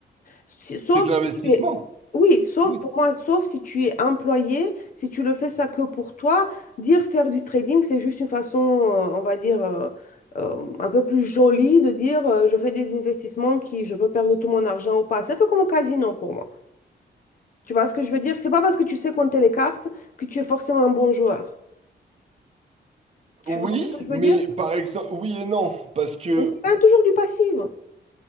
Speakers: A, on the left; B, on the right.
A: Si- Sauf
B: C'est de l'investissement.
A: si tu es... Oui, sauf
B: Oui.
A: pour moi, sauf si tu es employé, si tu le fais ça que pour toi, dire faire du trading, c'est juste une façon, euh, on va dire, euh, euh, un peu plus jolie de dire euh, je fais des investissements qui je peux perdre tout mon argent ou pas. C'est un peu comme au casino pour moi. Tu vois ce que je veux dire? C'est pas parce que tu sais compter les cartes que tu es forcément un bon joueur. Tu
B: Oui,
A: vois ce que je veux
B: mais
A: dire?
B: par exemple, oui et non, parce que,
A: Mais c'est quand même toujours du passif.